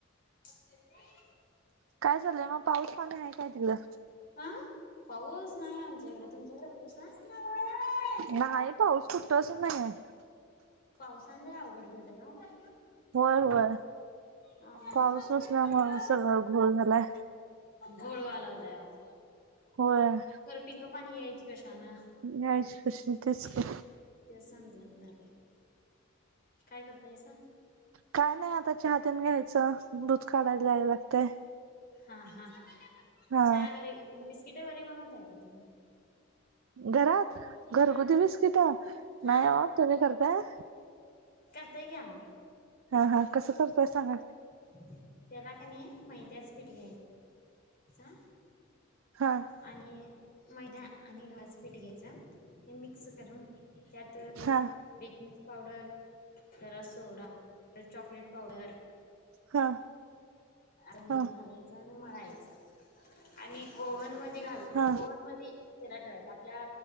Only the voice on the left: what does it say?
<unintelligible>
हं. पाऊस नाही आमच्या हिकडं, तुमच्याकडं पाऊस हाय? कृष्णाबाळे
पावसान ल‌ई अवघड केलंय ओ. ह
हं चष्मा
कुणाचा
हाय यो?
घोळ व्हा लागलाय अवो.
खरं पिकं पाणी यायची कशानं.
तेच समजना झालंय, काय करतायसा?
हा हा चहा
घरी बिस्किट घरी बनवताय का तुम्ही?
हम्म
हा.
करतोय की आम्ही.
त्याला का नाही मैद्याच पीठ घ्यायचं, आ
आणि मैदा आणि घवाचं पीठ घ्यायचं ते मिक्स करून त्यात त
बेकिंग पावडर, जरा सोडा, जरा चॉकलेट पावडर,
आता मीठ
घालायचा आणि मळायचं. आणि ओव्हन मध्ये घाल
ओव्हन मधी त्याला ठेवायचं आपल्या